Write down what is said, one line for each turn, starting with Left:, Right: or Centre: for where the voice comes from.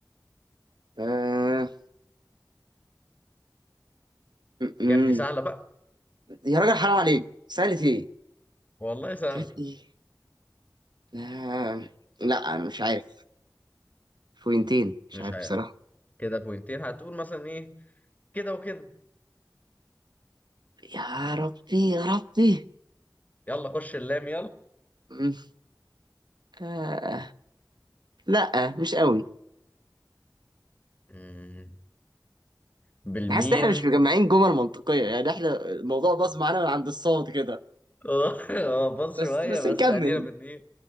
Right: آه... أمم.
Left: كيف دي سهلة بقى
Right: يا راجل حرام عليك سألت ايه
Left: والله سهلة
Right: كانت ايه آه... لا أنا مش عارف بوينتين مش
Left: مش
Right: عارف
Left: عارف
Right: بصراحة
Left: كده بوينتين هتقول مثلا ايه كده وكده
Right: يا ربي يا ربي
Left: يلا خش اللام
Right: أمم. آه... لا مش قوي
Left: يلا بالميم
Right: حاسس ان احنا مش مجمعين جمل منطقية يعني احنا الموضوع باظ معانا من عند الصوت كده
Left: اه اه بص
Right: بس
Left: شوية
Right: بس
Left: بس
Right: نكمل
Left: ادينا بن ايه